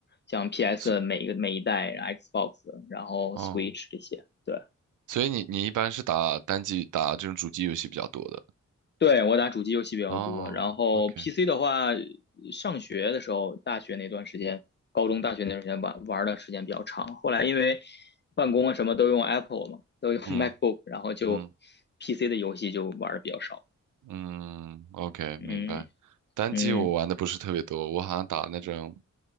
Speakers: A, on the left; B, on the right.
A: 像 PS
B: 所
A: 每一个每一代、Xbox，然后
B: 哦，
A: Switch 这些，对。
B: 所以你你一般是打单机打这种主机游戏比较多的，
A: 对，我打主机游戏比较多，
B: 哦，OK，
A: 然后 PC 的话，上学的时候，大学那段时间，高中、大学那段时间玩玩的时间比较长。后来因为办公啊什么都用 Apple 嘛，都用
B: 嗯
A: <laughs> MacBook，然后就
B: 嗯
A: PC 的游戏就玩的比较少。
B: 嗯，OK，明白。
A: 嗯
B: 单机我玩的不是特别多，
A: 嗯
B: 我好像打那种，